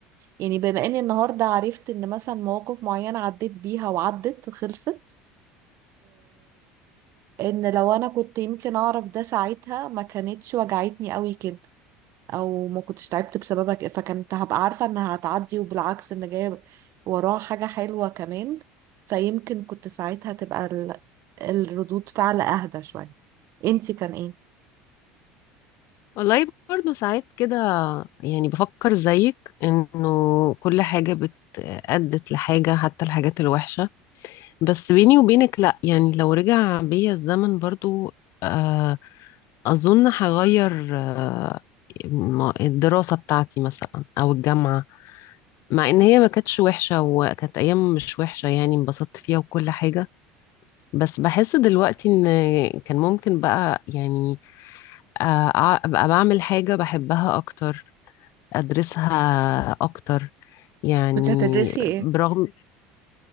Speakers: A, on the right; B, on the left.
A: يعني بما اني النهارده عرفت ان مثلا مواقف معينه عديت بيها وعدت وخلصت ان لو انا كنت يمكن اعرف ده ساعتها ما كانتش وجعتني قوي كده او ما كنتش تعبت بسببك فكنت هبقى عارفة انها هتعدي وبالعكس ان جاية وراها حاجة حلوة كمان فيمكن كنت ساعتها تبقى ال- الردود فعل اهدى شوية انتي كان ايه؟
B: والله برضو ساعات كده يعني بفكر زيك انه كل حاجة بت أدت لحاجة حتى الحاجات الوحشة بس بيني وبينك لا يعني لو رجع بيا الزمن برضو آه أظن هغير آه، م- الدراسة بتاعتي مثلا أو الجامعة مع إن هي ما كانتش وحشة وكانت أيام مش وحشة يعني انبسطت فيها وكل حاجة بس بحس دلوقتي إن كان ممكن بقى يعني آه، أع- أبقى بعمل حاجة بحبها أكتر أدرسها أكتر يعني
A: كنت هتدرسي ايه
B: برغم